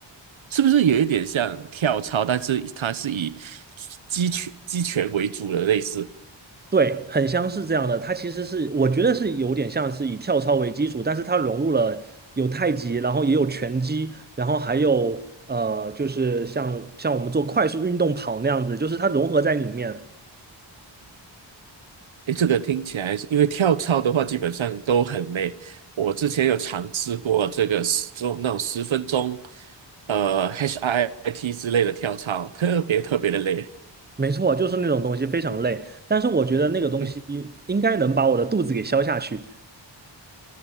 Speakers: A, on the right (about 85°); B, on the right (about 20°).
A: 不是有一点像跳操，但是它是以击拳击拳为主的类似？
B: 对，很像是这样的。它其实是，我觉得是有点像是以跳操为基础，但是它融入了有太极，然后也有拳击，然后还有呃，就是像像我们做快速运动跑那样子，就是它融合在里面。
A: 哎，这个听起来是，因为跳操的话基本上都很累。我之前有尝试过这个十钟那种十分钟，呃，HIIT 之类的跳操，特别特别的累。
B: 没错，就是那种东西非常累，但是我觉得那个东西应该能把我的肚子给消下去。
A: 嗯。